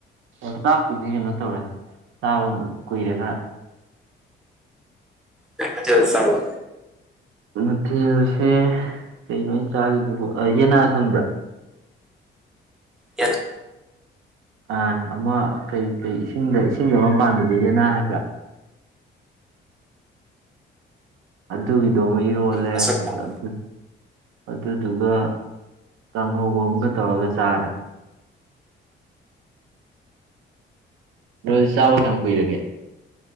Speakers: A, on the right; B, in the centre.
A: ꯑ ꯆꯥꯛꯄꯨꯗꯤ ꯀꯩꯅꯣ ꯇꯧꯔꯦ ꯆꯥꯕ ꯀꯨꯏꯔꯦ ꯈꯔ
B: ꯀꯩ ꯃꯊꯦꯜ ꯆꯥꯕꯥ
A: ꯃꯊꯦꯜꯁꯦ ꯀꯩꯅꯣ ꯑꯩꯅꯥ ꯆꯥꯒꯤꯞꯗꯨꯕꯨ ꯑꯥ ꯌꯦꯅꯥ ꯈꯪꯕ꯭ꯔꯥ
B: ꯌꯦꯅꯥ
A: ꯑ ꯑꯃ ꯀꯩ ꯀꯩ ꯏꯁꯤꯡꯗ ꯏꯁꯤꯡꯗ ꯑꯃ ꯄꯥꯟꯕꯗꯨ ꯌꯦꯅꯥ ꯍꯥꯏꯕ꯭ꯔꯥ ꯑꯗꯨꯒꯤꯗꯣ ꯑꯃꯥ ꯏꯔꯣꯜꯂꯦ
B: ꯃꯁꯛ
A: ꯑꯗꯥ
B: ꯈꯪ
A: ꯑꯗ ꯑꯗꯨꯗꯨꯒ ꯀꯥꯡꯍꯧ ꯑꯝꯒ ꯇꯧꯔꯒ ꯆꯥꯔꯦ ꯕ꯭ꯔꯣꯗꯤ ꯆꯥꯕ ꯀꯌꯥꯝ ꯀꯨꯏꯔꯒꯦ